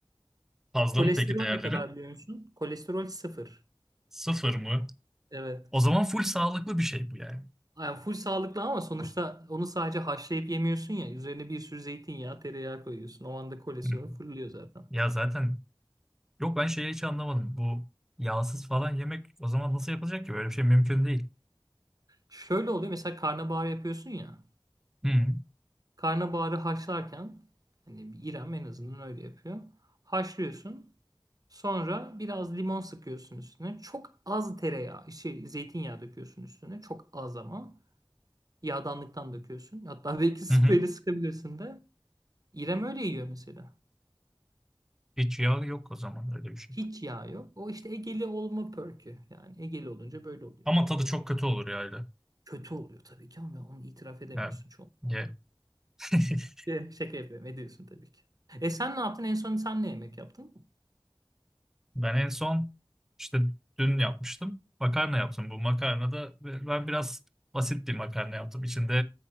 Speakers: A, in the centre; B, on the right.
A: Fazla
B: Kolesterol
A: mı peki değerleri?
B: ne kadar biliyor musun? Kolesterol sıfır.
A: Sıfır mı?
B: Evet.
A: O zaman full sağlıklı bir şey bu yani.
B: Yani full sağlıklı ama sonuçta onu sadece haşlayıp yemiyorsun ya. Üzerine bir sürü zeytinyağı, tereyağı koyuyorsun. O anda kolesterol
A: Hı.
B: fırlıyor zaten.
A: Ya zaten yok ben şeyi hiç anlamadım. Bu yağsız falan yemek o zaman nasıl yapılacak ki? Böyle bir şey mümkün değil.
B: Şöyle oluyor mesela karnabahar yapıyorsun ya.
A: Hı
B: Karnabaharı haşlarken hani bir İrem en azından öyle yapıyor. Haşlıyorsun. Sonra biraz limon sıkıyorsun üstüne. Çok az tereyağı, şey, zeytinyağı döküyorsun üstüne. Çok az ama. Yağdanlıktan döküyorsun. Hatta belki <laughs> spreyle
A: hı. hı.
B: sıkabilirsin de. İrem öyle yiyor mesela.
A: Hiç yağ yok o zaman öyle bir şey.
B: Hiç yağ yok. O işte Egeli olma perkü. Yani Egeli olunca böyle oluyor.
A: Ama tadı çok kötü olur ya
B: Kötü oluyor tabii ki ama onu itiraf edemiyorsun
A: Evet.
B: çoğun.
A: Ye. <laughs>
B: Ee, Şaka yapıyorum. Ediyorsun tabii ki. E sen ne yaptın? En son sen ne yemek yaptın?
A: Ben en son işte dün yapmıştım. Makarna yaptım. Bu makarna da ben biraz basit bir makarna yaptım. İçinde